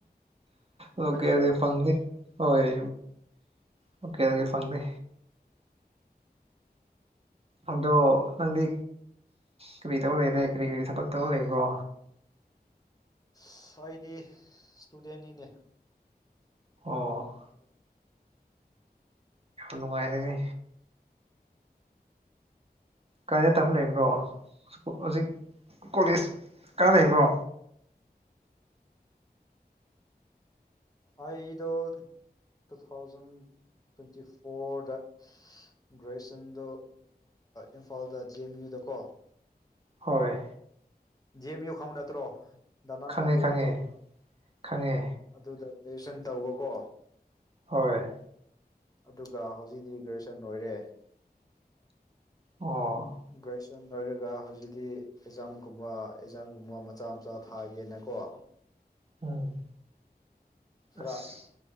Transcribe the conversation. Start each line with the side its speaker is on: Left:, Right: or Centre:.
Right: ꯂꯀꯦꯟꯒꯤ
Left: ꯕꯣꯏꯂꯔ
Right: ꯐꯪꯗꯤ ꯍꯣꯏ ꯂꯣꯀꯦꯟ ꯒꯤ ꯐꯪꯗꯦ ꯑꯗꯣ ꯅꯪꯗꯤ ꯀꯔꯤꯔꯤ ꯇꯧ ꯂꯩꯔꯦ ꯀꯔꯤ ꯀꯔꯤ ꯊꯕꯛ ꯇꯧ ꯂꯩꯕ꯭ꯔꯣ
Left: ꯑꯁ ꯑꯩꯗꯤ ꯏꯁꯇꯨꯗꯦꯟꯅꯤꯅꯦ
Right: ꯑꯣ
Left: ꯎꯝ
Right: ꯅꯨꯡꯉꯥꯏꯔꯦꯍꯦ ꯀꯥꯏꯗ ꯇꯝꯕ ꯂꯩꯕ꯭ꯔꯣ ꯍꯧꯖꯤꯛ ꯀꯣꯂꯦꯖ ꯀꯥꯟ ꯂꯩꯕ꯭ꯔꯣ
Left: ꯑꯩꯗꯣ ꯇꯨ ꯊꯥꯎꯖꯟ ꯇ꯭ꯋꯦꯟꯇꯤ ꯐꯣꯔꯗ ꯒ꯭ꯔꯦꯖꯨꯋꯌꯦꯁꯟꯗꯣ ꯏꯝꯐꯥꯜꯗ ꯖꯤ ꯑꯦꯝ ꯌꯨꯗ ꯀꯣ
Right: ꯍꯣꯏ
Left: ꯖꯤ ꯑꯦꯝ ꯌꯨ ꯈꯪ ꯅꯠꯇ꯭ꯔꯣ ꯅꯅꯥꯟ
Right: ꯈꯪꯉꯦ
Left: ꯃꯟꯖꯨꯔꯤꯗꯣ
Right: ꯈꯪꯉꯦ ꯈꯪꯉꯦ
Left: ꯑꯗꯨꯗ ꯒ꯭ꯔꯦꯖꯌꯦꯁꯟ ꯇꯧꯕꯀꯣ
Right: ꯍꯣꯏ
Left: ꯑꯗꯨꯒ ꯍꯧꯖꯤꯛꯇꯤ ꯒ꯭ꯔꯦꯖꯨꯁꯟ ꯑꯣꯏꯔꯦ
Right: ꯑꯣ
Left: ꯒ꯭ꯔꯦꯖꯨꯌꯦꯁꯟ ꯂꯣꯏꯔꯒ ꯍꯧꯖꯤꯛꯇꯤ ꯑꯦꯛꯖꯥꯝꯒꯨꯝꯕ ꯑꯦꯛꯖꯥꯝꯒꯨꯝꯕ ꯃꯆꯥ ꯃꯆꯥ ꯊꯥꯒꯦꯅꯀꯣ
Right: ꯎꯝ
Left: ꯈꯔ
Right: ꯑꯁ